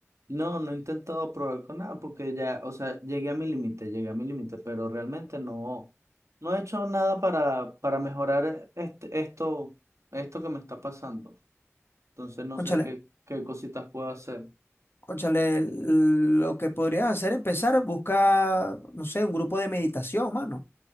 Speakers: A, on the right (about 70°); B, on the left (about 50°).
A: No, no he intentado probar con nada porque ya, o sea, llegué a mi límite, llegué a mi límite, pero realmente no, no he hecho nada para, para mejorar este, esto, esto que me está pasando. Entonces no
B: Cónchale,
A: sé qué, qué cositas puedo hacer.
B: cónchale, lo que podrías hacer es empezar, busca, no sé, un grupo de meditación, mano,